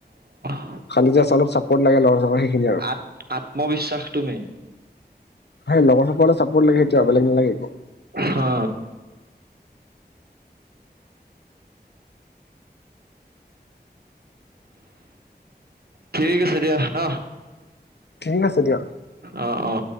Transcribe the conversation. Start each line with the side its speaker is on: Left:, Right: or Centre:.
Right: অ
Left: খালি যে চালক অলপ চাপৰ্ট লাগে লগৰ জনৰ সেইখিনিয়ে আৰু।
Right: আত আত্মবিশ্বাসটো মেইন।
Left: সেই লগৰ সকতে চাপৰ্ট লাগে সেইটোৱে বেলেগ নালাগে একো।
Right: হা ঠিক আছে দিয়া ন।
Left: ঠিক আছে দিয়া।
Right: অ' অ'।